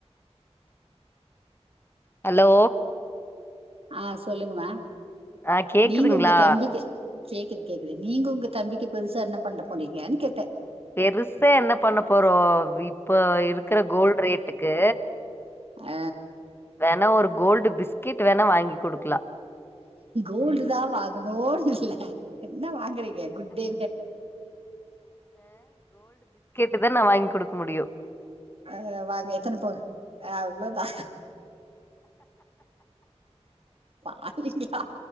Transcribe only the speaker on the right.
ஆ சொல்லுங்மா
நீங்க உங்க தம்பிக்கி கேக்குது கேக்குது நீங்க உங்க தம்பிக்கு பெருசா என்ன பண்ட போறீங்கன்னு கேட்டே
அ
கோல்டு தா வாகனோண்டு இல்ல என்ன வாங்குறீங்க குட்டே
அ வாங்கி எத்தன பவுன் அவ்ளோதா பாவிங்லா